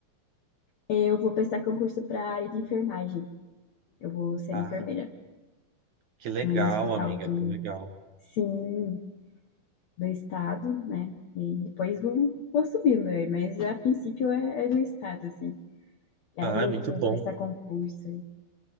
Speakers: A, on the left; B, on the right.
A: Eu vou prestar concurso para a área de enfermagem. Eu vou ser
B: Ah.
A: enfermeira
B: Que legal,
A: num hospital
B: amiga,
A: do,
B: que legal.
A: sim, do estado, né? E depois vou, vou subindo, né? mas a princípio é, é do estado, assim. Quero
B: Ah,
A: muito
B: é muito bom.
A: prestar concurso.